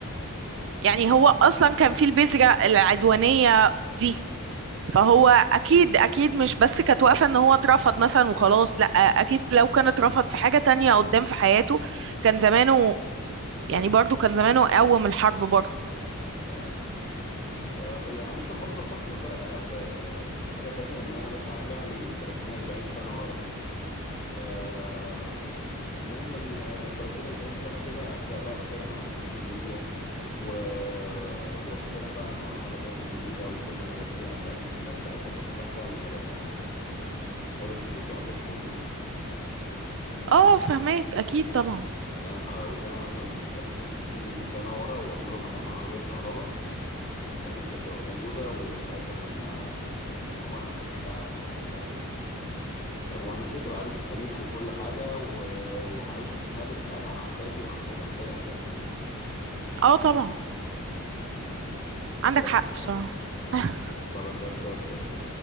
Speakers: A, on the right; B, on the left.
A: يعني
B: معاه
A: هو اصلا كان في البذرة العدوانية دي فهو اكيد اكيد مش بس كانت واقفه ان هو اترفض مثلا وخلاص لا اكيد لو كان اترفض في حاجه تانية قدام في حياته كان زمانه يعني برضو كان زمانه قوم الحرب برضو
B: مش عارف آه، خ- يعني ممكن برضه أفكر بقى ب- بحاجة تانية إن أنا مثلا أرجع لي 30 40 سنة ورا آه، نعمل آه، 30 40 سنة كده أبدأ بقى أخترع أنا السوشيال ميديا و... واخترع بقى أنا العربيات الجديدة وكل الحاجات دي أصل أكيد في ناس ساعتها كانت هتعرف تعمل الحاجات دي عادي هي بس الفكرة ما كانتش موجودة
A: اه فهماك اكيد طبعا
B: يعني احنا لو رجعنا مثلا 50 60 سنة ورا وقلنا لهم هنعمل عربية كهرباء مستحيل كانت تبقى موجودة وساعتها كنا يعني هنبيع وهنكسب ذهب وهنبقى وهنتكتب عادي في التاريخ وكل حاجة و- وهعيش ملك أنا وأحفادي وأحفاد أحفاد أحفادي
A: اه طبعا عندك
B: بس
A: حق بصراحه <laughs>
B: طب أسألك سؤال تاني